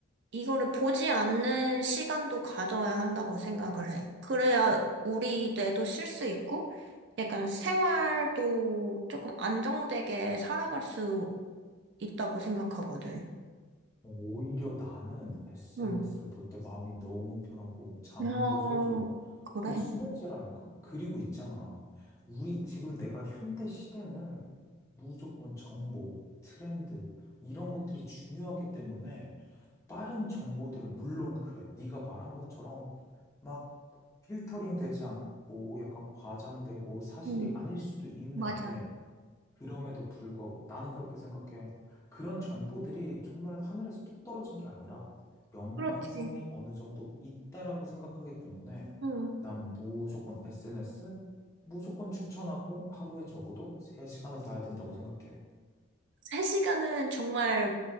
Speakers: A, on the right (about 55°); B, on the left (about 15°).
A: 이거를 보지 않는 시간도 가져야 한다고 생각을 해. 그래야 우리 뇌도 쉴 수 있고, 약간 생활도 조금 안정되게 살아갈 수 있다고 생각하거든.
B: 어, 오히려 나는 SNS를
A: 응.
B: 볼 때 마음이 너무 편하고 잠도
A: 어,
B: 솔솔 와.
A: 그래.
B: 거의 수면제라니까? 그리고 있잖아. 우리 지금 내가 현대 시대는 무조건 정보, 트렌드 이런 것들이 중요하기 때문에 빠른 정보들은 물론 그래. 네가 말한 것처럼 막 필터링 되지 않고 약간 과장되고 사실이
A: 응.
B: 아닐 수도 있는데
A: 맞아.
B: 그럼에도 불구하고 나는 그렇게 생각해. 그런 정보들이 정말 하늘에서 뚝 떨어진 게 아니라 연관성이
A: 그렇지.
B: 어느 정도 있다라고 생각하기 때문에
A: 응.
B: 난 무조건 SNS 무조건 추천하고 하루에 적어도 3시간은 봐야 된다고 생각해.
A: 세 시간은 정말